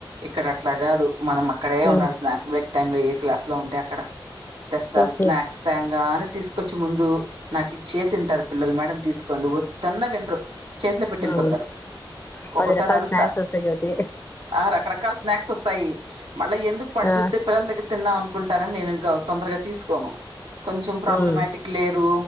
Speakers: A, on the right; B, on the left.
A: ఇక్కడ అట్లా కాదు మనం అక్కడే
B: ఉమ్
A: ఉండాలి స్నాక్స్ బ్రేక్ టైమ్ లో ఏ క్లాస్ లో ఉంటే అక్కడ తెస్తారు
B: ఓకే
A: స్నాక్స్ టైం గానే తీసుకొచ్చి ముందు నాకు ఇచ్చే తింటారు పిల్లలు మేడం తీసుకోండి వద్దన్న వినరు చేతిలో పెట్టి వెళ్ళిపోతారు
B: ఉమ్
A: ఒక్కోసారి
B: పది రకాల
A: అరుస్తా
B: స్నాక్స్ వస్తాయి జ్యోతి
A: ఆ రకరకాల స్నాక్స్ వస్తాయి మళ్ళీ ఎందుకు ప
B: ఆ
A: చూస్తే పిల్లల దగ్గర తిన్నాం అ నేనింకా తొందరగా తీసుకోను కొంచెం ప్రాబ్ల
B: ఉమ్
A: మ్యాటిక్ లేరు